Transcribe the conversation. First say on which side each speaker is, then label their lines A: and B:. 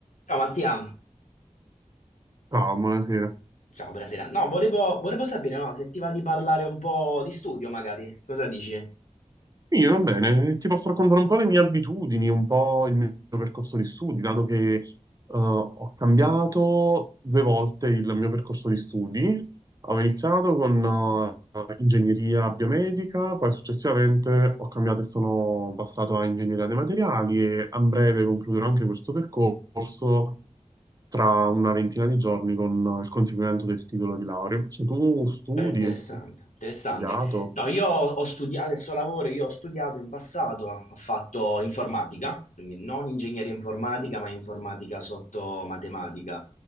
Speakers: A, on the left (about 75°); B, on the right (about 30°).
A: Ciao Mattia,
B: Ciao, buonasera.
A: ciao, buonasera. No, volevo, volevo sapere, no, se ti va di parlare un po' di studio, magari. Cosa dici?
B: Sì, va bene, ti posso raccontare un po' le mie abitudini, un po' il mio percorso di studi, dato che eh, ho cambiato due volte il mio percorso di studi. Ho iniziato con eh, ingegneria biomedica, poi successivamente ho cambiato e sono passato a ingegneria dei materiali e a breve concluderò anche questo percorso tra una ventina di giorni con il conseguimento del titolo di laurea. Cioè, tu studi,
A: Eh, interessante,
B: hai
A: interessante.
B: studiato?
A: No, io ho studiato, adesso lavoro, io ho studiato in passato, ho fatto informatica, quindi non ingegneria informatica, ma informatica sotto matematica.